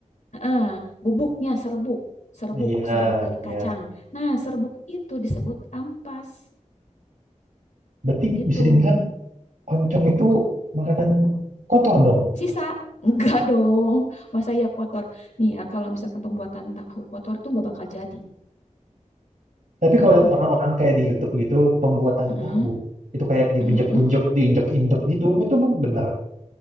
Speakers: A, on the left; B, on the right.
A: Heeh, bubuknya serbuk, serbuk,
B: Iya,
A: serbuk dari
B: iya.
A: kacang. Nah, serbuk itu disebut ampas
B: Berarti
A: gitu.
B: bisa dibilang oncom itu makanan kotor dong.
A: Sisa enggak dong, masa ya kotor. Nih ya, kalau misalkan pembuatan tahu kotor tuh nggak bakal jadi
B: Tapi
A: gitu.
B: kalau lihat orang-orang kayak di YouTube gitu, pembuatan
A: Heeh,
B: tahu itu kayak dibenjek-benjek,
A: heeh.
B: diinjek-injek gitu, itu bener